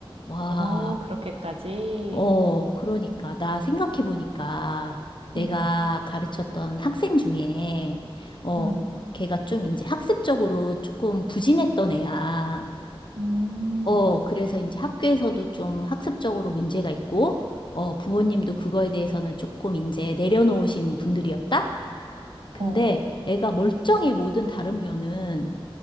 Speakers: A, on the left (about 55°); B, on the right (about 80°).
A: 와.
B: 오, 그렇게까지.
A: 어, 그러니까. 나 생각해보니까 내가
B: 음, 음,
A: 가르쳤던 학생 중에, 어,
B: 음,
A: 걔가 좀 이제 학습적으로 조금 부진했던 애야.
B: 음,
A: 어, 그래서 이제 학교에서도 좀 학습적으로 문제가 있고, 어, 부모님도 그거에 대해서는 조금 이제 내려놓으신 분들이었다? 근데
B: 어,
A: 애가 멀쩡해 모든 다른 면은.